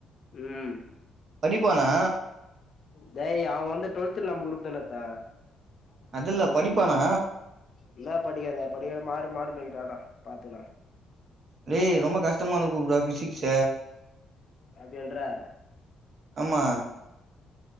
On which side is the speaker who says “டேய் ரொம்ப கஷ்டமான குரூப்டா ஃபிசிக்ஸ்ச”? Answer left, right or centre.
Right